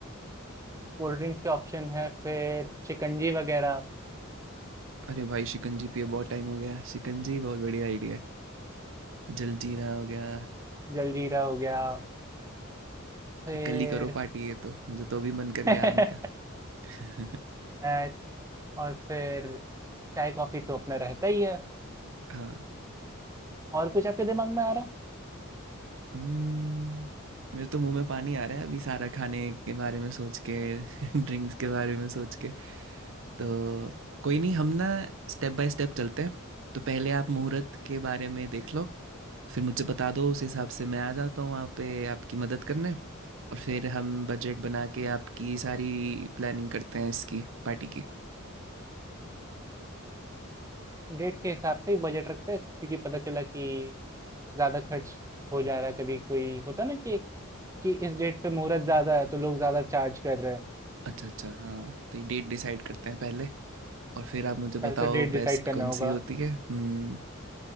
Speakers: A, on the right; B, on the right.
A: <laughs> कोल्ड ड्रिंक्स के ऑप्शन है फिर शिकंजी वगैरह
B: अरे भाई शिकंजी पिए बहुत टाइम हो गया शिकंजी बहुत बढ़िया आइडिया है जलजीरा हो गया
A: जलजीरा हो गया फिर
B: कल ही करो पार्टी ये तो मुझे तो अभी मन कर
A: <laughs>
B: गया आने का <laughs>
A: अ, और फिर चाय कॉफ़ी तो अपना रहता ही है
B: हाँ
A: और कुछ आपके दिमाग में आ रहा
B: हम्म, मेरे तो मुंह में पानी आ रहा है अभी सारा खाने के बारे में सोच के <laughs> ड्रिंक्स के बारे में सोच के तो कोई नहीं हम ना स्टेप बाय स्टेप चलते हैं तो पहले आप मुहूर्त के बारे में देख लो फिर मुझे बता दो उस हिसाब से मैं आ जाता हूँ वहाँ पे आपकी मदद करने और फिर हम बजट बना के आपकी सारी प्लानिंग करते हैं इसकी पार्टी की
A: डेट के हिसाब से ही बजट रखते हैं क्योंकि पता चला कि ज़्यादा खर्च हो जा रहा है कभी कोई होता ना कि कि इस डेट पे मुहूर्त ज़्यादा है तो लोग ज़्यादा चार्ज कर रहे हैं
B: अच्छा अच्छा हाँ तो ये डेट डिसाइड करते हैं पहले और फिर आप मुझे
A: पहले
B: बताओ
A: तो डेट डिसाइड
B: बेस्ट
A: करना
B: कौन
A: होगा
B: सी होती है हम्म